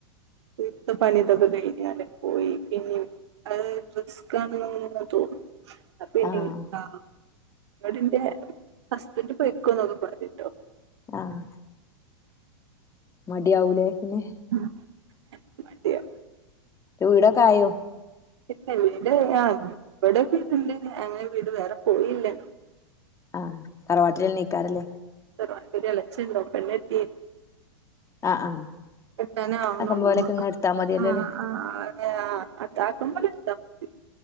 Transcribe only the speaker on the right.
വീട്ടിത്തെ പണിയതൊക്കെ കഴിഞ്ഞാലെ പോയി പിന്ന അത് <unintelligible> <unintelligible> തോന്നും പിന്നെ
കാണാം <unintelligible> ഹസ്ബൻഡ് പോയിക്കോന്നൊക്കെ പറഞ്ഞട്ടോ
ആഹ് മടിയാവും
ഇല്ല വീട് ആഹ് ഇവിടെ വീടുണ്ട് അങ്ങനെ വീട് വേറെ പോയില്ല
ഹസ്ബൻ്റിൻ്റെ എളെച്ചനൊണ്ട് പെണ്ണ്കെട്ടി
കെട്ടാനേ ആവുന്നുള്ളൂ
ആഹ് ആഹ് ആഹ് ആഹ് അത് ആകുമ്പോലെടുത്താ മതി